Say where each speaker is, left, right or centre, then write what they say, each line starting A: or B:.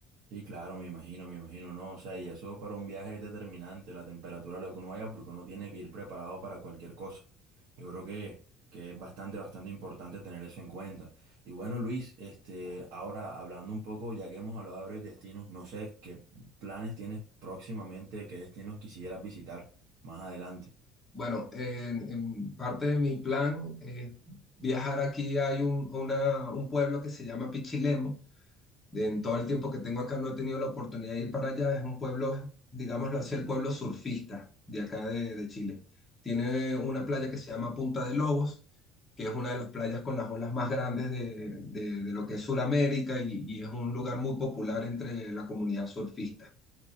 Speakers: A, on the right; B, on the left.
A: Sí, claro, me imagino, me imagino, no, o sea, y eso para un viaje es determinante, la temperatura, lo que uno vaya, porque uno tiene que ir preparado para cualquier cosa. Yo creo que, que es bastante, bastante importante tener eso en cuenta. Y bueno, Luis, este, ahora hablando un poco, ya que hemos hablado de varios destinos, no sé qué planes tienes próximamente, qué destinos quisieras visitar más adelante.
B: Bueno, en, en parte de mi plan es viajar aquí. Hay un, una- un pueblo que se llama Pichilemu. De- En todo el tiempo que tengo acá no he tenido la oportunidad de ir para allá. Es un pueblo, digámoslo así, el pueblo surfista de acá de, de Chile. Tiene una playa
A: Sí,
B: que se llama Punta de Lobos, que es una de las playas con las olas más grandes de, de- de lo que es Sudamérica y, y es un lugar muy popular entre la comunidad surfista.